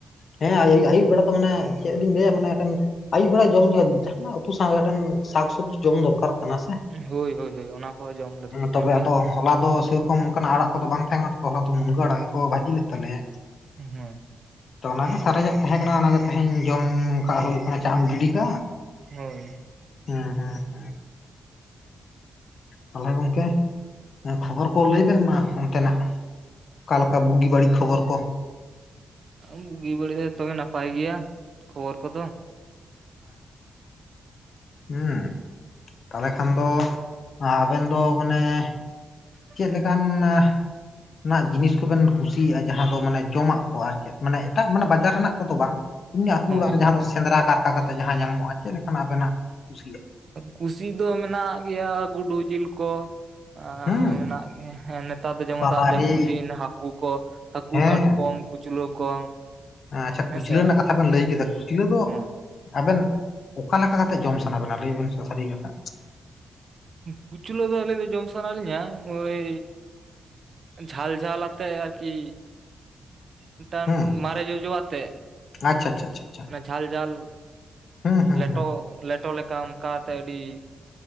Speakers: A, on the left; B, on the right.
A: ᱦᱮᱸ ᱟᱹᱭᱩᱵ ᱵᱮᱲᱟ ᱫᱚ ᱢᱟᱱᱮ ᱪᱮᱫ ᱞᱤᱧ ᱞᱟᱹᱭᱟ ᱢᱟᱱᱮ ᱮᱠᱟᱱ ᱟᱹᱭᱩᱵ ᱵᱮᱲᱟ ᱡᱚᱢ ᱫᱚ ᱡᱟᱦᱟᱱᱟᱜ ᱩᱛᱩ ᱥᱟᱶ ᱜᱮ ᱢᱤᱫᱴᱟᱝ ᱥᱟᱠ ᱥᱚᱵᱽᱡᱤ ᱡᱚᱢ ᱫᱚᱨᱠᱟᱨ ᱠᱟᱱᱟ ᱥᱮ,
B: ᱦᱳᱭ ᱦᱳᱭ ᱦᱳᱭ ᱚᱱᱟ ᱠᱚ ᱡᱚᱢ ᱞᱟᱹᱠᱛᱤ
A: ᱛᱚᱵᱮ
B: ᱠᱟᱱ ᱜᱮᱭᱟ
A: ᱟᱫᱚ ᱦᱚᱞᱟ ᱫᱚ ᱥᱮᱨᱚᱠᱚᱢ ᱚᱱᱠᱟᱱᱟᱜ ᱟᱲᱟᱜ ᱠᱚᱫᱚ ᱵᱟᱝ ᱛᱟᱦᱮᱸ ᱠᱟᱱᱟ, ᱛᱚ ᱦᱚᱞᱟ ᱫᱚ ᱢᱩᱱᱜᱟᱹ ᱟᱲᱟᱜ ᱜᱮᱠᱚ ᱵᱷᱟᱹᱡᱤ ᱞᱮᱫ ᱛᱟᱞᱮᱭᱟ ᱾
B: ᱦᱩᱸ
A: ᱛᱚ ᱚᱱᱟᱜᱮ ᱥᱟᱨᱮᱡᱟᱜ ᱛᱟᱦᱮᱸ ᱠᱟᱱᱟ ᱚᱱᱟᱜᱮ ᱛᱮᱦᱮᱸᱧ ᱡᱚᱢ ᱠᱟᱜ ᱦᱩᱭᱩᱜ ᱠᱟᱱᱟ ᱪᱟᱜ ᱮᱢ ᱜᱤᱰᱤ ᱠᱟᱜᱼᱟ ᱾
B: ᱦᱳᱭ
A: ᱦᱩᱸ ᱦᱩᱸ ᱛᱟᱦᱚᱞᱮ ᱜᱚᱢᱠᱮ ᱠᱷᱚᱵᱚᱨ ᱠᱚ ᱞᱟᱹᱭ ᱵᱮᱱ ᱢᱟ᱾ ᱚᱱᱛᱮᱱᱟᱜ, ᱚᱠᱟ ᱞᱮᱠᱟ ᱵᱩᱜᱤ ᱵᱟᱹᱲᱤᱡ ᱠᱷᱚᱵᱚᱨ ᱠᱚ ᱾
B: ᱵᱩᱜᱤ ᱵᱟᱹᱲᱤᱡ ᱡᱚᱛᱚ ᱜᱮ ᱱᱟᱯᱟᱭ ᱜᱮᱭᱟ ᱠᱷᱚᱵᱚᱨ ᱠᱚᱫᱚ᱾
A: ᱦᱮᱸ ᱛᱟᱦᱚᱞᱮ ᱠᱷᱟᱱ ᱫᱚ ᱟᱵᱮᱱ ᱫᱚ ᱢᱟᱱᱮ-
B: <unintelligible>
A: ᱪᱮᱫ ᱞᱮᱠᱟᱱᱟ ᱡᱤᱱᱤᱥ ᱠᱚᱵᱤᱱ ᱠᱩᱥᱤᱭᱟᱜᱼᱟ ᱡᱟᱦᱟᱸ ᱫᱚ ᱢᱟᱱᱮ ᱡᱚᱢᱟᱜ ᱠᱚ ᱟᱹᱨᱠᱤ ᱾ ᱢᱟᱱᱮ ᱮᱴᱟᱜ ᱢᱟᱱᱮ ᱵᱟᱡᱟᱨ ᱨᱮᱱᱟᱜ ᱠᱚᱫᱚ ᱵᱟᱝ ᱮᱢᱱᱤ, ᱟᱹᱛᱩ
B: ᱦᱳᱭ
A: ᱚᱲᱟᱜ ᱨᱮ ᱡᱟᱦᱟᱸ
B: ᱟᱨᱠᱤ
A: ᱥᱮᱸᱫᱽᱨᱟ ᱠᱟᱨᱠᱟ ᱠᱟᱛᱮ ᱡᱟᱦᱟᱸ ᱧᱟᱢᱚᱜᱼᱟ᱾ ᱪᱮᱫ ᱞᱮᱠᱟᱱᱟᱜ ᱟᱵᱮᱱᱟᱜ ᱠᱩᱥᱤᱭᱟᱜ
B: ᱠᱩᱥᱤ ᱫᱚ ᱢᱮᱱᱟᱜ ᱜᱮᱭᱟ ᱜᱩᱰᱩ ᱡᱤᱞ ᱠᱚ᱾ ᱟᱨ
A: ᱦᱩᱸ
B: ᱢᱮᱱᱟᱜ, ᱦᱮᱸ ᱱᱮᱛᱟᱨ ᱫᱚ ᱡᱮᱢᱚᱱ
A: ᱵᱟᱵᱟᱨᱮ
B: ᱫᱟᱜ ᱡᱟᱹᱯᱩᱫ ᱫᱤᱱ ᱦᱟᱹᱠᱩ ᱠᱚ ᱦᱟᱹᱠᱩ,
A: ᱦᱮᱸ
B: ᱠᱟᱴᱠᱚᱢ, ᱠᱩᱪᱞᱟᱹ ᱠᱚ᱾
A: ᱟᱪᱪᱷᱟ
B: ᱦᱮᱸᱥᱮ
A: ᱠᱩᱪᱞᱟᱹ ᱨᱮᱱᱟᱜ ᱠᱟᱛᱷᱟ ᱵᱮᱱ ᱞᱟᱹᱭ ᱠᱮᱫᱟ ᱠᱩᱪᱞᱟᱹ ᱫᱚ
B: ᱦᱳᱭ
A: ᱟᱵᱮᱱ ᱚᱠᱟ ᱞᱮᱠᱟ ᱠᱟᱛᱮᱜ ᱡᱚᱢ ᱥᱟᱱᱟ ᱵᱮᱱᱟ? ᱞᱟᱹᱭ ᱵᱮᱱ ᱥᱮ ᱥᱟᱹᱨᱤ ᱠᱟᱛᱷᱟ᱾
B: ᱠᱩᱪᱞᱟᱹ ᱫᱚ ᱟᱹᱞᱤᱧ ᱫᱚ ᱡᱚᱢ ᱥᱟᱱᱟ ᱞᱤᱧᱟ ᱳᱭ ᱡᱷᱟᱞ ᱡᱷᱟᱞ ᱟᱛᱮ ᱟᱹᱨᱠᱤ, ᱢᱤᱫᱴᱟᱱ
A: ᱦᱩᱸ
B: ᱢᱟᱨᱮ ᱡᱚᱡᱚ ᱟᱛᱮ
A: ᱟᱪᱪᱷᱟ ᱟᱪᱪᱷᱟ ᱟᱪᱪᱷᱟ ᱟᱪᱪᱷᱟ
B: ᱡᱷᱟᱞ ᱡᱷᱟᱞ
A: ᱦᱩᱸ ᱦᱩᱸ
B: ᱞᱮᱴᱚ,
A: ᱦᱩᱸ
B: ᱞᱮᱴᱚ ᱞᱮᱠᱟ ᱚᱱᱠᱟᱛᱮ ᱟᱹᱰᱤ